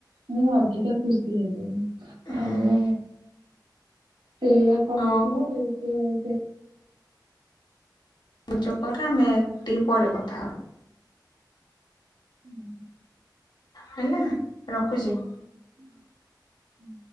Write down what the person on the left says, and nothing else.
ହୁଁ
ଆଉ
ପୂଜ ପରେ ଆମେଟି ପରେ କଥା ହବ।
ହେଲା ରଖୁଛି।